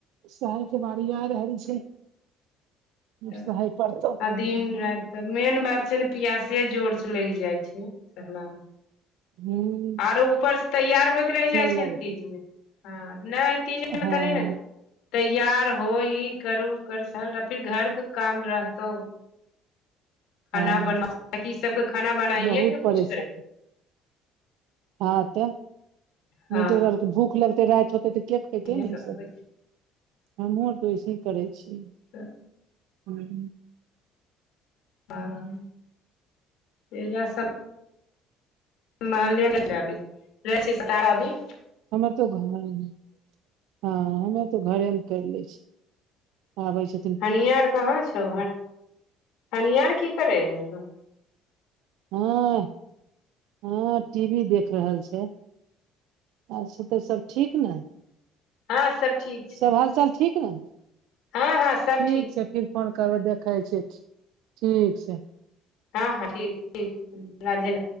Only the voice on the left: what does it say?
तऽ
आ दिन राति तऽ मेन बात छै ने प्यासे जोर से लगि जाय छै सहला मे
आरो ऊपर से तैयार होइके रहि जाइ छै
ने तीज मे हँ नय तीज आरमे
तनी ने तैयार हो ई कर उ कर साल आ फिर घर के काम रहतौ खाना
बना की सबके खाना बनाइएके
ने
कुछ करैक
हँ
इहे
होइ छै
तऽ
हँ एजा सब मेबी रहै छी सितारा अभी
हनियां आर कहाँ छौ हनियां आर की करैय रहौ
हँ सब ठीक छै
हँ हँ सब
हँ हँ ठीक ठीक राधे राधे